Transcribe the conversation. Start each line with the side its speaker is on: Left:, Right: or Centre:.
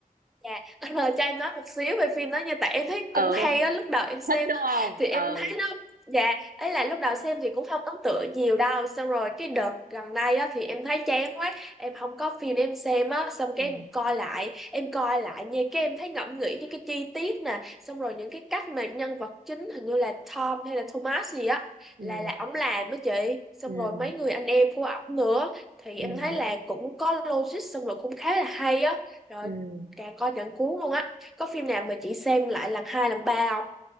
Centre: Dạ, <laughs> cho em nói một xíu về phim đó nha Tại em thấy
Right: ờ
Centre: cũng hay á, lúc đầu em xem
Right: thích đúng
Centre: á
Right: không
Centre: Thì em
Right: ờ
Centre: thấy nó, dạ ấy là lúc đầu xem thì cũng không ấn tượng nhiều đâu Xong rồi cái đợt gần đây á thì em thấy chán quá Em không có phim để em xem á Xong
Right: ừ
Centre: cái em coi lại, em coi lại nha Cái em thấy ngẫm nghĩ những cái chi tiết nè Xong rồi những cái cách mà nhân vật chính hình như là Tom hay là Thomas gì á
Right: ừ
Centre: Là là ổng làm đó chị Xong
Right: ừ
Centre: rồi mấy người anh em của ổng nữa Thì
Right: ừ
Centre: em thấy là cũng có logic xong rồi cũng khá là hay á rồi
Right: ừ
Centre: Càng coi càng cuốn luôn á. Có phim nào mà chị xem lại lần hai lần ba không?